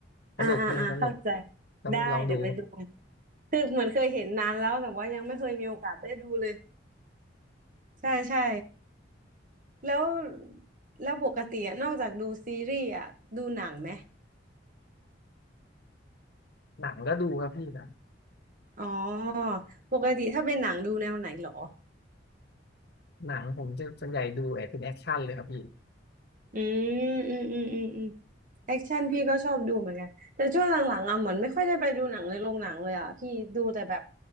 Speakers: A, on the right; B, on the left.
A: อ่าอ่าอ่าเข้าใจ
B: สนุกนี่สนุกต้องลองดู
A: ได้เดี๋ยวไปดู คือเหมือนเคยเห็นนานแล้วแต่ว่ายังไม่เคยมีโอกาสได้ดูเลยใช่ใช่แล้วแล้วปกติอะนอกจากดูซีรีส์อ่ะดูหนังไหม
B: <laughs> หนังก็ดูครับพี่หนะ
A: อ๋อปกติถ้าเป็นหนังดูแนวไหนเหรอ
B: หนังผมจะส่วนใหญ่ดูแบบเป็นแอคชั่นเลยครับพี่
A: อืมอืมอืมอืมอืมแอคชั่นพี่ก็ชอบดูเหมือนกันแต่ช่วงหลังๆอ่ะเหมือนไม่ค่อยได้ไปดูหนังในโรงหนังเลยอ่ะพี่ดูแต่แบบ